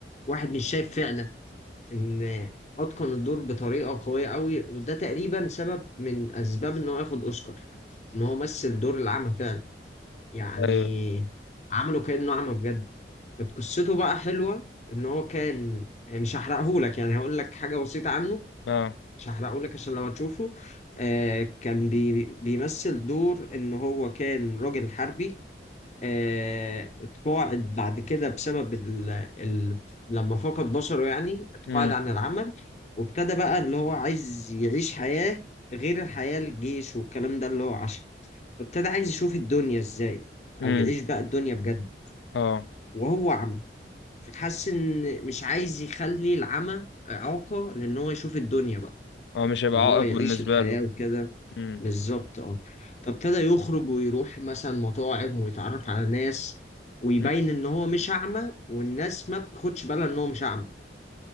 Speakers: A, on the left; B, on the left.
A: واحد مش شايف فعلا إن أتقن الدور بطريقة قوية أوي وده تقريبا سبب من أسباب إن هو ياخد أوسكار إن هو مثل دور الأعمى فعلا يعني
B: ايوه
A: عملوا كأنه أعمى بجد كانت قصته بقى حلوة إن هو كان يعني مش هحرقهولك يعني هقول لك حاجة بسيطة عنه
B: اه
A: مش هحرقهولك عشان لو هتشوفه آه كان بي بيمثل دور إن هو كان راجل حربي آه، اتقاعد بعد كده بسبب ال... ال... لما فقد بصره يعني اتقاعد
B: امم
A: عن العمل وابتدى بقى اللي هو عايز يعيش حياة غير الحياة الجيش والكلام ده اللي هو عاشها فابتدى عايز يشوف الدنيا ازاي
B: امم
A: او يعيش بقى الدنيا بجد
B: اه
A: وهو عمى فحس ان مش عايز يخلي العمى إعاقة لان هو يشوف الدنيا بقى
B: اه مش هيبقى
A: ان
B: عائق
A: هو يعيش
B: بالنسبة
A: الحياة
B: له
A: وكده
B: مم.
A: بالظبط اه فابتدى يخرج ويروح مثلا مطاعم ويتعرف على ناس ويبين
B: مم.
A: ان هو مش اعمى والناس ما بتاخدش بالها ان هو مش اعمى